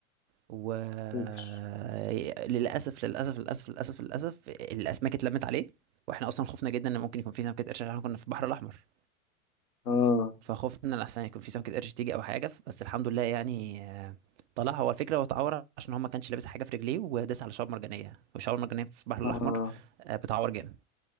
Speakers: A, on the right; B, on the left.
A: وللاسف
B: فاكر
A: للاسف للاسف للاسف للاسف الاسماك اتلمت عليه واحنا اصلا خفنا جدا ان ممكن يكون في سمكه قرش عشان احنا كنا في البحر الاحمر
B: اه
A: فخفنا لحسن يكون في سمكة قرش تيجي أو حاجة بس الحمد لله يعني آه، طلع هو الفكرة هو اتعور عشان هو ما كانش لابس حاجة في رجليه وداس على شعاب مرجانية والشعاب المرجانية في البحر الأحمر
B: اه
A: آه، بتعور جامد